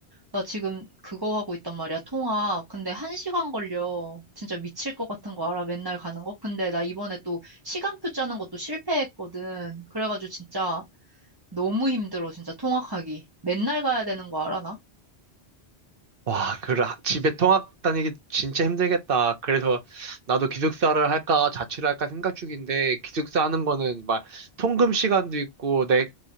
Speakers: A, on the right; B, on the right.
A: 나 지금 그거 하고 있단 말이야, 통학. 근데 한 시간 걸려. 진짜 미칠 것 같은 거 알아? 맨날 가는 거? 근데 나 이번에 또 시간표 짜는 것도 실패했거든. 그래가지고 진짜 너무 힘들어, 진짜 통학하기. 맨날 가야 되는 거 알아, 나?
B: 와, 그 집에 통학 다니기 진짜 힘들겠다. 그래서 나도 기숙사를 할까 자취를 할까 생각 중인데 기숙사 하는 거는 막 통금 시간도 있고 내